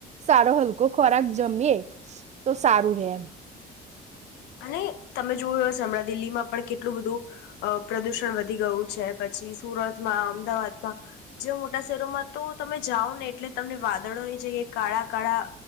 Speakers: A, on the right (about 40°); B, on the left (about 90°).
A: સારો હલકો ખોરાક જમીએ તો સારું રે એમ
B: અને તમે જોવું એ હમણાં દિલ્હીમાં પણ કેટલું બધું પ્રદૂષણ વધી ગયું છે પછી સુરતમાં અમદાવાદમાં જે મોટા શહેરોમાં તો તમે જાઓ ને એટલે તમને વાદળોની જગએ કાળા કાળા